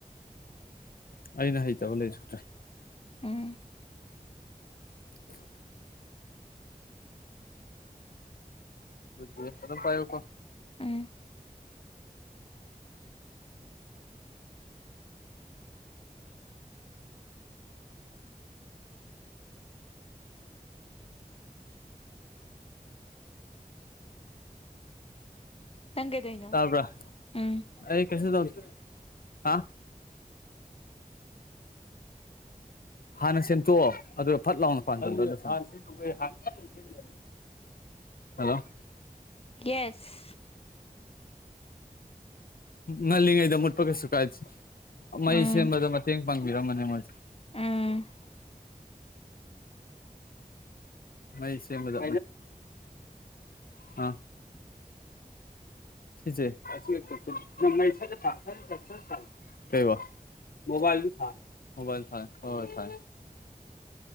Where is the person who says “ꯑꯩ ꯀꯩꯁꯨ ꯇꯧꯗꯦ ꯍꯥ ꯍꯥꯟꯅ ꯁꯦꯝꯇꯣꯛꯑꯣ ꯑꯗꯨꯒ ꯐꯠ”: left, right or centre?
Left